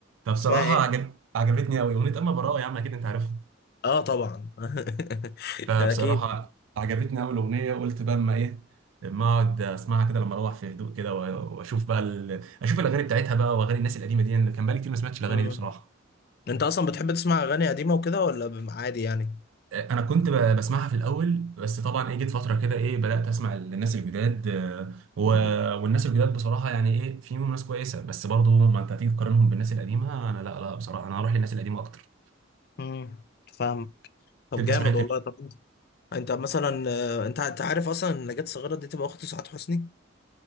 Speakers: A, on the right; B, on the left.
A: فبصراحة
B: اسمها ايه؟
A: عجب عجبتني أوي أغنية أما براءة يا عم أكيد أنت عارفها
B: اه طبعا <laughs>
A: فبصراحة
B: اكيد
A: عجبتني أول أغنية وقلت بقى أما إيه أما أقعد أسمعها كده لما أروح في هدوء كده و- وأشوف بقى ال... أشوف الأغاني بتاعتها بقى وأغاني الناس القديمة دي أنا كان بقالي كتير ما سمعتش الأغاني
B: مم.
A: دي بصراحة
B: انت اصلا بتحب تسمع اغاني قديمه وكده ولا ب- عادي يعني
A: أنا كنت ب- بسمعها في الأول بس طبعا إيه جيت فترة كده إيه بدأت أسمع الناس الجداد آه، و...
B: مم.
A: والناس الجداد بصراحة يعني إيه فيهم ناس كويسة بس برضه ما أنت هتيجي تقارنهم بالناس القديمة أنا لا لا بصراحة أنا هروح للناس القديمة أكتر
B: مم. فاهم طب
A: أنت
B: جامد
A: بتسمع أنت
B: والله
A: مين؟
B: طب انت انت مثلا آه، انت انت عارف اصلا ان نجاة صغيره دي تبقى اخت سعاد حسني